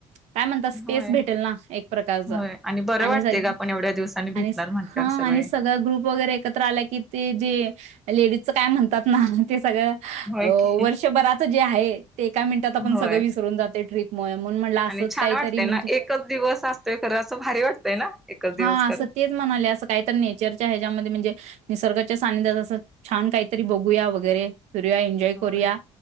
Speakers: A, on the right (about 70°); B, in the centre.
A: काय म्हणतात स्पेस
B: होय
A: भेटल ना. एक प्रकारचा
B: होय बरं
A: आणि
B: वाटते
A: स
B: का आपण एवढ्या दिवसांनी भेटणार
A: आणि
B: म्हटल्यावर
A: हा
B: सगळे
A: आणि सगळ ग्रुप वगैरे एकत्र आला की ते जे लेडीजचं काय म्हणतात ना ते सगळ
B: होय की
A: वर्षभराच जे आहे ते एका मिनटात आपण
B: होय
A: सगळं विसरून जातोय ट्रीप म म्हणुन म्हटलं असंच
B: आणि छान
A: काहीतरी
B: वाटतय
A: म्हणजे
B: ना एकच दिवस असतोय खरं असं भारी वाटतय ना एकच दिवस
A: हां,
B: खर
A: असं तेच म्हणाले, असं काहीतरी नेचरच्या ह्याच्यामध्ये म्हणजे निसर्गाच्या सानिध्यात अस छान काहीतरी बघूया वगैरे, फिरुया, एन्जॉय
B: होय
A: करूया